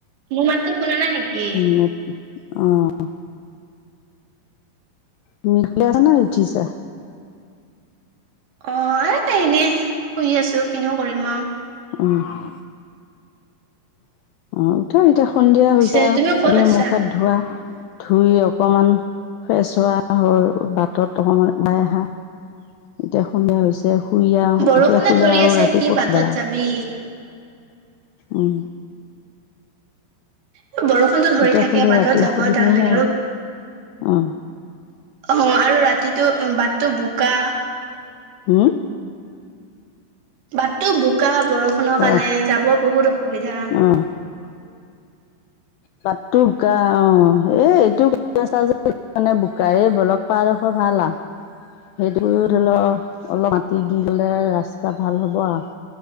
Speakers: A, on the right; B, on the left.
A: মোৰ মাততো শুনা নাই নেকি
B: নেট, অ' <inaudible> তুমি শুই আছানে উঠিছা?
A: অ', এ এনেই, শুই আছোঁ, কিনো কৰিম আৰু
B: <inaudible> <inaudible> সন্ধিয়া
A: পিছে
B: হৈছে আৰু
A: তুমি ক'ত
B: দি
A: আছা
B: মুখ হাত ধোৱা। ধুই অকমান ফ্ৰেছ হোৱা বাটত অকমান ওলাই আহা এতিয়া। সন্ধিয়া হৈছে শুই আহ
A: বৰষুণে
B: এতিয়া শুলে
A: ধৰি
B: আৰু
A: আছে
B: ৰাতি
A: কি
B: ক'ত
A: বাটত
B: শুবা।
A: যাবি
B: উম
A: <unintelligible> বৰষুণতো ধৰি
B: এতিয়া
A: থাকে
B: শুলে
A: বাটত
B: ৰাতি
A: যাব
B: অসুবিধাহে
A: টান লাগে
B: হ'ব
A: আৰু।
B: অ
A: অ আৰু ৰাতিটো বাটটো বোকা
B: হম
A: বাটটো বোকা বৰষুণৰ কাৰণে
B: অ
A: যাব বহুত অসুবিধা।
B: অ বাটটো অ এ এইটো যে মানে বোকাই বলক পাডোখৰ ভাল আৰু সেইটো ধৰি লও অলপ মাটি দি গলে ৰাস্ত ভাল হ'ব আৰু